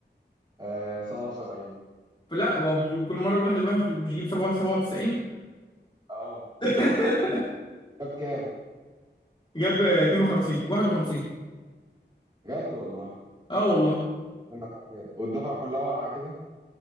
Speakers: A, on the right; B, on the left.
A: آه 77
B: فلا هو مش كل مرة بيقول حل وحش مش بيجيب 97
A: اه
B: <laughs>
A: جاب كام
B: جاب 52 51
A: بجد والله
B: اه والله
A: أنا أبيض والدفعة كلها واقعة كده